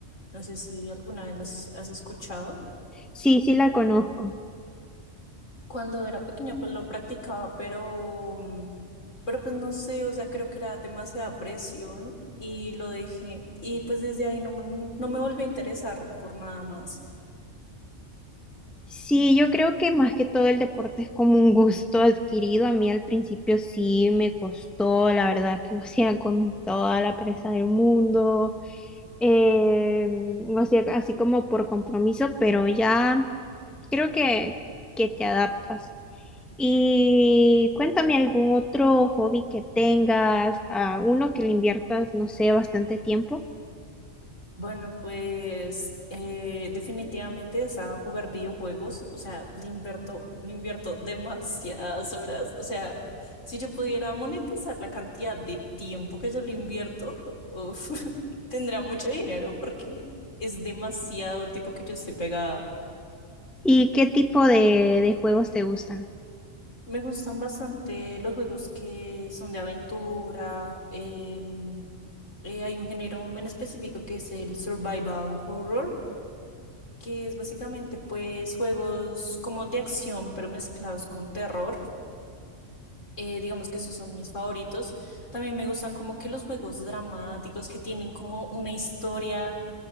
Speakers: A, on the left; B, in the centre.
A: no sé si alguna vez los has escuchado.
B: Sí, sí la conozco.
A: Cuando era pequeña, pues lo practicaba, pero, mm, pero pues no sé, o sea, creo que era demasiada presión y lo dejé. Y pues desde ahí no, me- no me volví a interesar por nada más.
B: Sí, yo creo que más que todo el deporte es como un gusto adquirido. A mí al principio sí me costó, la verdad que lo <laughs> hacía con toda la pereza del mundo, eh, lo hacía así como por compromiso, pero ya creo que, que te adaptas. Y cuéntame algún otro hobby que tengas, a uno que le inviertas, no sé, bastante tiempo.
A: Bueno, pues eh, definitivamente es a jugar videojuegos, o sea, le invierto, le invierto demasiadas horas, o sea, si yo pudiera monetizar la cantidad de tiempo que yo le invierto, uf, <laughs> tendría mucho dinero porque es demasiado el tiempo que yo estoy pegada.
B: ¿Y qué tipo de, de juegos te gustan?
A: Me gustan bastante los juegos que son de aventura. em, eh, hay un género en específico que es el survival horror, que es básicamente pues juegos como de acción, pero mezclados con terror. Eh, digamos que esos son mis favoritos. También me gustan como que los juegos dramáticos que tienen como una historia